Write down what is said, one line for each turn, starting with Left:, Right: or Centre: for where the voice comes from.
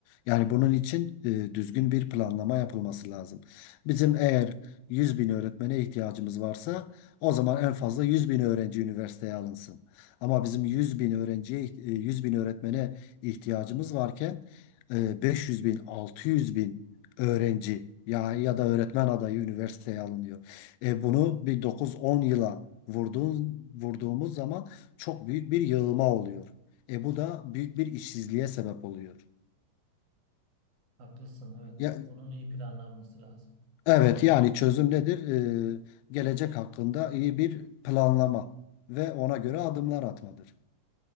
Left: Yani bunun için e, düzgün bir planlama yapılması lazım. Bizim eğer 100 bin öğretmene ihtiyacımız varsa o zaman en fazla 100 bin öğrenci üniversiteye alınsın. Ama bizim 100 bin öğrenciye, e, 100 bin öğretmene ihtiyacımız varken e, 500 bin, 600 bin öğrenci ya ya da öğretmen adayı üniversiteye alınıyor. E, bunu bir dokuz on yıla vurduğun, vurduğumuz zaman çok büyük bir yığılma oluyor. E, bu da büyük bir işsizliğe sebep oluyor.
Right: Haklısın, evet.
Left: Ya,
Right: Bunun iyi planlanması lazım.
Left: evet yani çözüm nedir? E, gelecek hakkında iyi bir planlama ve ona göre adımlar atmadır.